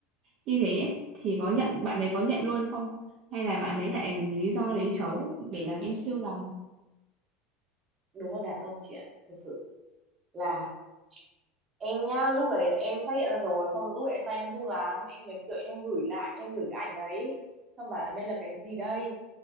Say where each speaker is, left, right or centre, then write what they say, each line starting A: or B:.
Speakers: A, on the right; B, on the right.
A: như thế ấy, thì có nhận bạn đấy có nhận luôn không hay là bạn đấy lại lý do lấy trấu để làm em siêu lòng
B: đúng là đàn ông chị ạ thực sự là em nhá lúc đấy em phát hiện ra rồi xong lúc đấy em tay em run lắm em mới kiểu em gửi lại em gửi cái ảnh đấy xong bảo là đây là cái gì đây